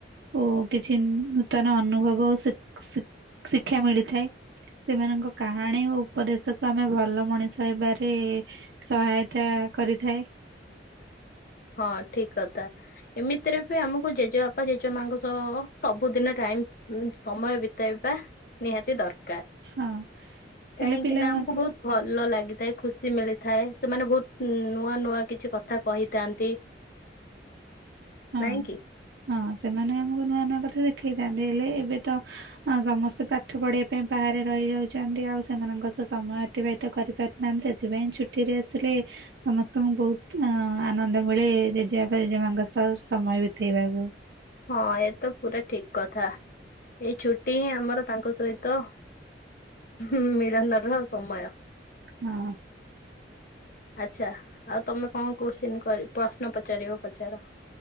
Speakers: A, on the right; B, on the left.
A: ଓ କିଛି ନୂତନ ଅନୁଭବ ଶିଖ୍ ଶିକ୍ଷା ମିଳିଥାଏ। ସେମାନଙ୍କ କାହାଣୀ ଓ ଉପଦେଶକୁୁ ଆମେ ଭଲ ମଣିଷ ହେବାରେ ସହାୟତା ସେଇୟା କରିଥାଏ।
B: ହଁ ଠିକ୍ କଥା। ଏମିତିରେ ବି ଆମକୁ ଜେଜେବାପା ଜେଜେ ମାଙ୍କ ସହ ସବୁଦିନ ଟାଇମ ସମୟ ବିତେଇବା। ନିହାତି ଦରକାର
A: ହଁ
B: କାହିଁକି
A: ହେଲେ ପିଲାମାନେ
B: ନା ଆମକୁ ବହୁତ ଭଲ ଲାଗିଥାଏ ଖୁସି ମିଳିଥାଏ ସେମାନେ ବହୁତ ନୂଆ ନୂଆ କିଛି କଥା କହି କ୍ରାନ୍ତି।
A: ହଁ
B: ନାଇଁ କି।
A: ହଁ ସେମାନେ ଆମକୁ ନୂଆ ନୂଆ କଥା ଦେଖେଇଥାନ୍ତି ହେଲେ ଏବେ ତ ଅ ସମସ୍ତେ ପାଠ ପଢିବା ପାଇଁ ବାହାରେ ରହିଯାଉଛନ୍ତି ଆଉ ସେମାନଙ୍କ ସହ ସମୟ ଅତିବାହିତ କରିପାରୁନାହାନ୍ତି ସେଥିପାଇଁ ଛୁଟିରେ ଆସିଲେ ସମସ୍ତଙ୍କୁ ବହୁତ ଅ ଆନନ୍ଦ ମିଳେ ଜେଜେବାପା ଜେଜେମାଙ୍କ ସହ ସମୟ ବିଥେଇବାକୁ।
B: ହଁ ଏ ତ ପୁରା ଠିକ କଥା ଏଇ ଛୁଟି ହିଁ ଆମର ତାଙ୍କ ସହିତ ହୁଁ ମେରା ନରହ ସମୟ।
A: ହଁ
B: ଆଛା ଆଉ ତମେ କ କୋଶ୍ଚେନ୍ କରି ପ୍ରଶ୍ନ ପଚାରିବ ପଚାର?